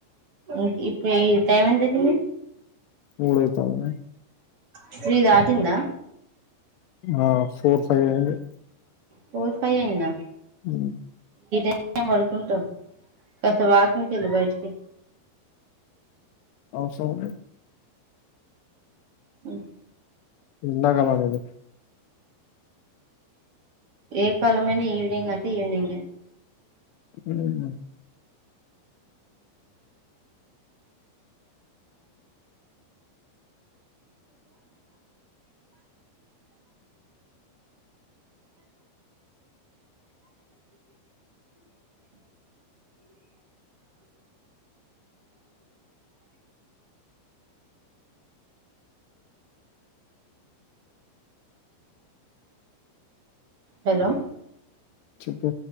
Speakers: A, on the right (about 45°); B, on the left (about 80°).
A: ఇం ఇప్పుడు ఈ టైం ఎంత ఐతుంది
B: మూడైతవా
A: స్త్రీ దాటిందా
B: ఆ ఫోర్ ఫైవ్ అయింది
A: ఫోర్ ఫై ఐందా
B: ఉ
A: మేము పడుకుంటాం కాస్త వాకింగ్ కెళ్ళి బయటికి
B: అవసరం లేదు
A: ఉమ్
B: ఇందాగల లేదు
A: ఏ కాలమైనా ఈవినింగ్ అంటే ఈవినింగ్ ఏ
B: ఉమ్
A: హలో
B: చెప్పు